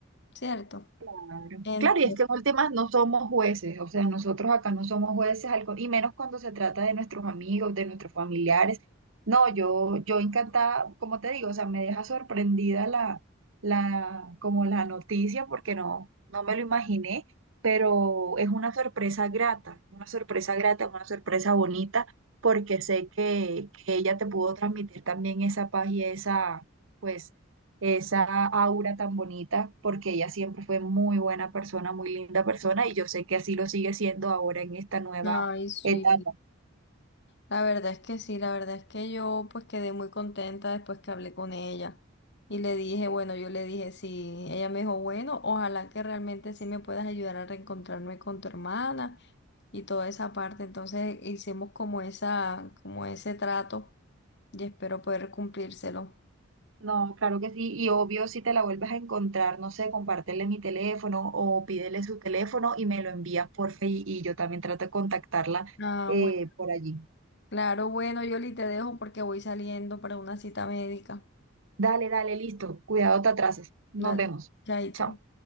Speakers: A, on the left (about 60°); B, on the right (about 70°).
A: ¿cierto?
B: Claro.
A: Entonces,
B: Claro, y es que en últimas no somos jueces, o sea, nosotros acá no somos jueces, al con- y menos cuando se trata de nuestros amigos, de nuestros familiares. No, yo, yo encantada, como te digo, o sea, me deja sorprendida la, la, como la noticia, porque no, no me lo imaginé, pero es una sorpresa grata, una sorpresa grata, una sorpresa bonita, porque sé que, que ella te pudo transmitir también esa paz y esa, pues esa aura tan bonita, porque ella siempre fue muy buena persona, muy linda persona, y yo sé que así lo sigue siendo ahora en esta nueva
A: ay, sí.
B: etapa.
A: La verdad es que sí, la verdad es que yo pues quedé muy contenta después que hablé con ella y le dije, bueno, yo le dije sí, ella me dijo, bueno, ojalá que realmente sí me puedas ayudar a reencontrarme con tu hermana y toda esa parte. Entonces hicimos como esa, como ese trato y espero poder cumplírselo.
B: No, claro que sí, y obvio, si te la vuelves a encontrar, no sé, compártele mi teléfono o pídele su teléfono y me lo envías por Face y yo también trato de contactarla
A: Ah,
B: eh,
A: bueno.
B: por allí.
A: Claro, bueno, Yoli, te dejo porque voy saliendo para una cita médica.
B: Dale, dale, listo, cuidado, te atrasas. Nos
A: Dale,
B: vemos.
A: chaito.
B: Chao.